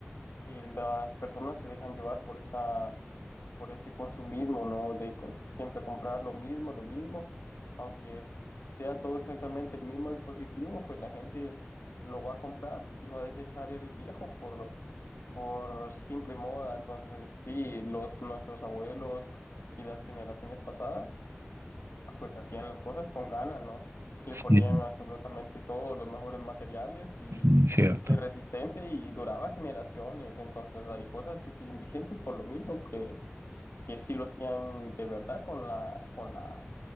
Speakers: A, on the left (about 75°); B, on the right (about 75°).
A: que las personas se dejan llevar por esa por ese consumismo, ¿no? De cons- siempre comprar lo mismo, lo mismo, aunque sea todo exactamente el mismo dispositivo, pues la gente lo va a comprar y va a desechar el viejo por, por simple moda. Entonces, sí, los, nuestros abuelos y las generaciones pasadas, pues hacían las cosas con ganas, ¿no? Le
B: Sí,
A: ponían absolutamente todos los mejores materiales y
B: sí, cierto.
A: que resistente y duraba generaciones. Entonces, hay cosas que siguen vigentes por lo mismo que que sí lo hacían de verdad con la, con la,